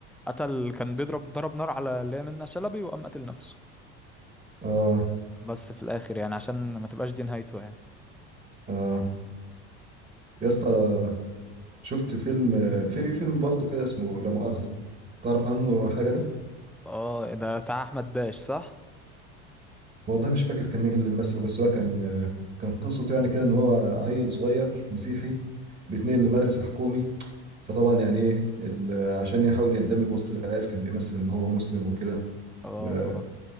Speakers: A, in the centre; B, on the right.
A: قتل كان بيضرب ضرب نار على اللي هي منة شلبي وقام قتل نفسه
B: اه
A: بس في الاخر يعني عشان ما تبقاش دي نهايته يعني
B: اه يا اسطى شفت فيلم في فيلم برضه كده اسمه لا مؤاخذة تعرف عنه حاجة ده
A: اه ده بتاع احمد داش صح
B: والله مش فاكر كان مين اللي مثله بس هو كان كان قصته يعني كده ان هو عيل صغير مسيحي بيتنقل لمدرسة حكومي فطبعا يعني ايه ال- عشان يحاول يندمج وسط العيال كان بيمثل ان هو مسلم وكده
A: اه
B: ب-
A: اه